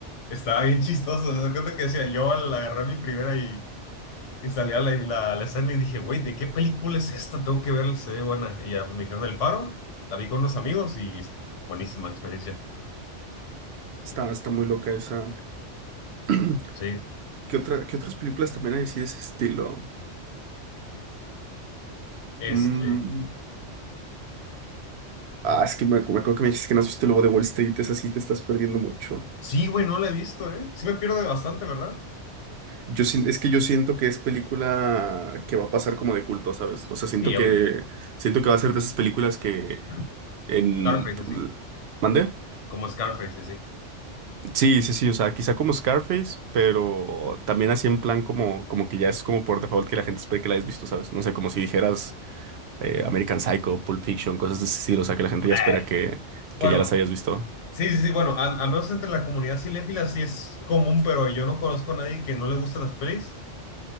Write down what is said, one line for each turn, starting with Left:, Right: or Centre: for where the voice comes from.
Left: estaba bien chistoso. Me cuenta que decía, yo al agarrar mi primera y... Y salía la, la, la escena y dije, güey, ¿de qué película es esta? Tengo que verla, se ve buena. Y ya pues, me dijeron El Faro, la vi con unos amigos y es buenísima experiencia.
Right: Está, está muy loca esa. <clears throat>
Left: Sí.
Right: ¿Qué otra, qué otras películas también hay así de ese estilo?
Left: Este.
Right: Mm, Ah,
Left: mm.
Right: es que me, me acuerdo que me dijiste que no viste luego de Wall Street, es así, te estás perdiendo mucho.
Left: Sí, güey, no la he visto, ¿eh? Sí me pierdo de bastante, ¿verdad?
Right: Yo, sien- es que yo siento que es película que va a pasar como de culto, ¿sabes? O sea, siento
Left: Sí, obvio.
Right: que, siento que va a ser de esas películas que
Left: Mm.
Right: En...
Left: Scarface, así.
Right: ¿Mandé?
Left: Como Scarface, así.
Right: Sí, sí, sí, o sea, quizá como Scarface, pero también así en plan como, como que ya es como por default que la gente espera que la hayas visto, ¿sabes? No sé, como si dijeras eh, American Psycho, Pulp Fiction, cosas de ese estilo, o sea, que la gente ya
Left: Ay.
Right: espera que, que
Left: Bueno,
Right: ya las hayas visto.
Left: sí, sí, sí, bueno, a- al menos entre la comunidad cinéfila sí es común, pero yo no conozco a nadie que no le guste las pelis.